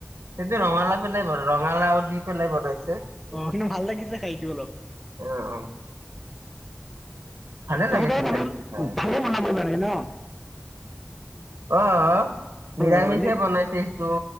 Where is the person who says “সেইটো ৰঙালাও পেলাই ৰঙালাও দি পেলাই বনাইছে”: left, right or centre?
Right